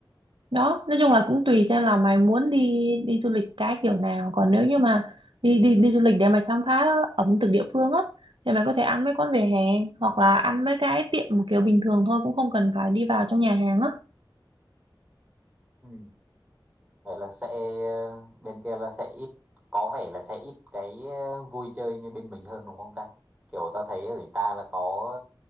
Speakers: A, on the right; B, on the right.
A: đó nói chung là cũng tùy theo là mày muốn đi đi du lịch cái kiểu nào còn nếu như mà đi đi đi du lịch để mày khám phá ẩm thực địa phương á thì mày có thể ăn mấy quán vỉa hè hoặc là ăn mấy cái tiệm một kiểu bình thường thôi cũng không cần phải đi vào trong nhà hàng á
B: Ừ. Vậy là sẽ bên kia là sẽ ít có vẻ là sẽ ít cái ờ, vui chơi như bên mình hơn đúng không ta? Kiểu ta thấy ở người ta là có